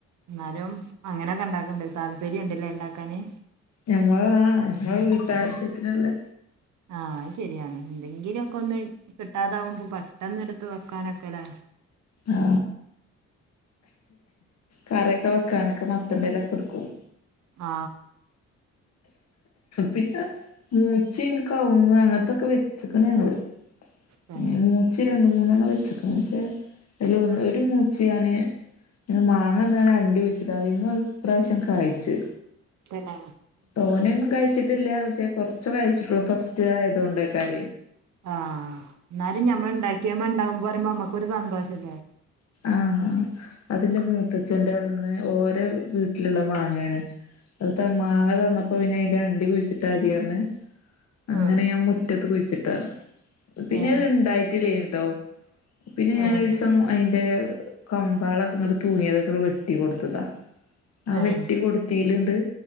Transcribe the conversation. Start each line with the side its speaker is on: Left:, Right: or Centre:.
Right: ന്നാലും അങ്ങനെയൊക്കെ ഉണ്ടാക്കണ്ട് താല്പര്യം ണ്ടില്ലേ ണ്ടാക്കാന്
Left: ഞമ്മൾ ആ ഞമ്മൾ വീട്ടാവശ്യത്തിനി ള്ള
Right: ആഹ് അത് ശരിയാണ് എന്തെങ്കിലും ഒക്കെ ഒന്ന് കിട്ടാതാവുമ്പോ പെട്ടന്ന് എടുത്ത് വെക്കാനൊക്കെല്ലോ
Left: ആ കറിയൊക്കെ വെക്കാനൊക്കെ മത്തന്റെലൊക്കെടുക്കും
Right: ആ
Left: പിന്നെ മൂച്ചിം കവുങ്ങ് അങ്ങനത്തൊക്കെ വെച്ചക്കണ് ഞങ്ങള്
Right: തന്നെ
Left: ഏ മൂച്ചി രണ്ട രണ്ട് മൂന്നെണ്ണം വെച്ചക്ക്ണ് പക്ഷെ അയല് ഒരു മൂച്ചി ഞാൻ പിന്നെ മാങ്ങ തിന്നാണ്ട് അണ്ടി കുഴിച്ചിടാ അയ്മെ ഇപ്രാവശ്യ കായ്ച്ച്
Right: പിന്നേ
Left: തോനെന്നും കഴിച്ചിട്ടില്ല പക്ഷെ കൊറച്ച കഴിച്ചിട്ടുള്ളൂ ഫസ്റ്റ് ആയതോണ്ട്യ്ക്കാരെ.
Right: ആ ന്നാലും ഞമ്മൾ ഉണ്ടാക്കിയ്മ ഇണ്ടാവുമ്പോ പറയുമ്പോ നമ്മക്കൊരു സന്തോഷല്ലേ?
Left: ആഹാ അതിന്റെ മൂത്തച്ഛന്റെ അവിടുന്ന് ഓരെ വീട്ടിലുള്ള മാങ്ങയാണ് അത് മാങ്ങ തന്നപ്പോ പിന്നെ അതിന്റെ അണ്ടി കുഴിച്ചിട്ടാ മതിയറിഞ്ഞ്- അങ്ങനെ
Right: ആഹ്
Left: ഞാൻ മുറ്റത്ത് കുഴിച്ചിട്ടാണ് പിന്നെത്
Right: ഏഹ്
Left: ഇണ്ടായിട്ടില്ലയിനിട്ടോ. പിന്നെ ഞാനൊരീസം
Right: ആഹ്
Left: അതിന്റെ കമ്പ്ളൊക്കെ ഇങ്ങ് തൂങ്ങിയതൊക്കെ വെട്ടി കൊടുത്തതാ. ആ
Right: ആഹ്
Left: വെട്ടി കൊടുത്തീല്ണ്ട്